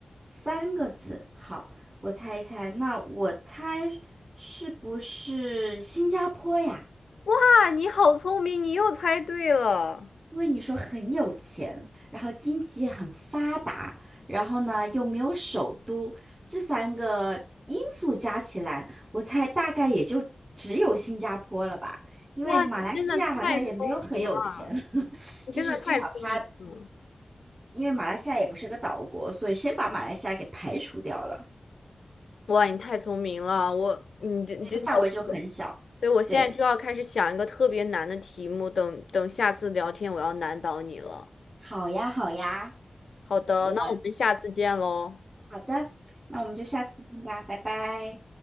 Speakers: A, on the right; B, on the left.
A: 三个字。好，我猜一猜，那我猜是不是新加坡呀？
B: 哇，你好聪明，你又猜对了！
A: 因为你说很有钱，然后经济也很发达，然后呢又没有首都，这三个因素加起来，我猜大概也就只有新加坡了吧。因为马来西亚好像也没有很有钱，
B: 哇，你真的太聪明了，
A: <laughs>
B: 你真的太聪明了！
A: 就是至少它，因为马来西亚也不是个岛国，所以先把马来西亚给排除掉了，
B: 哇，你太聪明了，我，你真真的。
A: 这个范围就很小。
B: 对，我现在就要开始想一个特别难的题目，
A: 对，
B: 等等下次聊天我要难倒你了。
A: 好呀，好呀，
B: 好的，
A: 我
B: 那我们下次见喽。
A: 好的，那我们就下次见吧，拜拜。